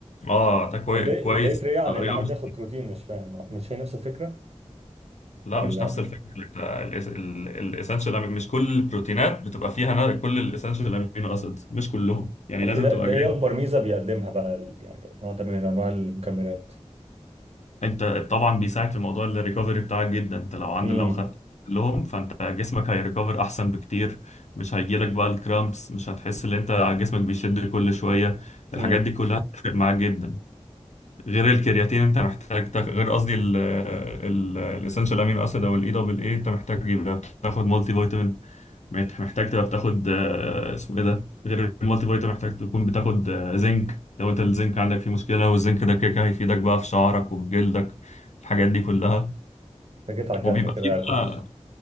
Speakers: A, on the left; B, on the right.
A: اه ده كوي...
B: طب ده
A: كويس
B: ده يفرق ايه عن
A: طريقه
B: ان حد
A: مش
B: ياخد بروتين مش فاهم مش هي نفس الفكره
A: لا
B: ولا
A: مش نفس الفكره الاسينشال مش كل البروتينات بتبقى فيها نا- كل الاسينشال امينو اسيدز مش كلهم يعني
B: طب
A: لازم
B: ايه ده
A: تبقى
B: ده
A: جاي
B: ايه اكبر ميزه بيقدمها بقى ال- يعني نوع ده من انواع المكملات
A: انت طبعا بيساعد في موضوع الريكفري بتاعك جدا انت لو عند
B: امم
A: لو خدت لهم فانت جسمك هيريكفر احسن بكتير مش هيجيلك بقى الكرامبس مش هتحس ان انت جسمك بيشد كل شويه الحاجات
B: امم
A: دي كلها هتفرق معاك جدا غير الكرياتين انت محتاج تاخ... غير قصدي الاسنشال امين اسيد او الاي دبل اي انت محتاج يبقى تاخد مالتي فيتامين مت- محتاج تبقى بتاخد آه، اسمه ايه ده غير المالتي فيتامين محتاج تكون بتاخد آه، زنك لو انت الزنك عندك فيه مشكلة والزنك ده كده كده هيفيدك بقى في شعرك وفي جلدك الحاجات دي كلها
B: جيت على الجرح
A: وبيبقى
B: كده
A: فيه
B: يا
A: بقى
B: كوتش